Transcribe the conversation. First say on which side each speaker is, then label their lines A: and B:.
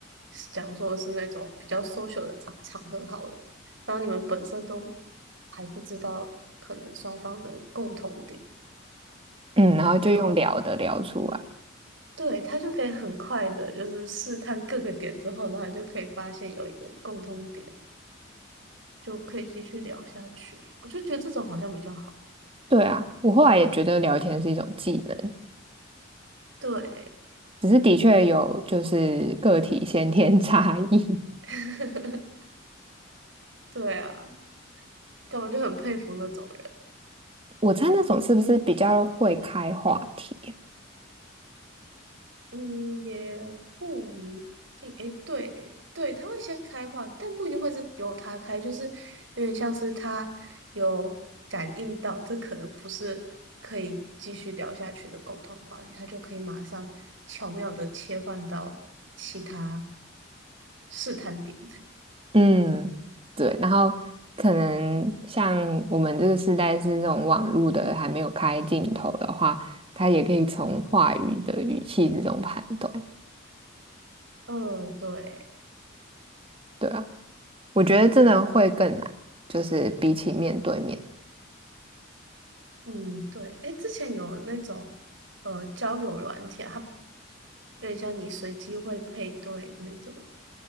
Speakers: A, on the right (about 65°); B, on the right (about 25°).
A: 假如说是那种比较 social 的场场合好了，然后你们本身都还不知道可能双方的共同点，
B: 嗯，然后就用聊的聊出来。
A: 然后对他就可以很快的，就是试探各个点之后，然后你就可以发现有一个共同点，就可以继续聊下去。我就觉得这种好像比较好。
B: 对啊，我后来也觉得聊天是一种技能。
A: 对，
B: 只是的确有就是个体先天 <laughs> 差异。
A: <laughs> 对啊。但我就很佩服那种人。
B: <laughs> 我猜那种是不是比较会开话题啊
A: 嗯，也不一定。诶，对对，他会先开话，但不一定会是由他开，就是有点像是他有感应到这可能不是可以继续聊下去的共同话题，他就可以马上巧妙的切换到其他试探点。
B: 嗯，对。然后可能像我们这个时代是这种网络的还没有开镜头的话，他也可以从话语的语气这种判断。
A: 嗯，对，
B: 对啊，我觉得真的会更难，
A: 就
B: 就是比起面对面。
A: 嗯，对，诶，之前有那种呃交友软体啊，它有点像你随机会配对那种。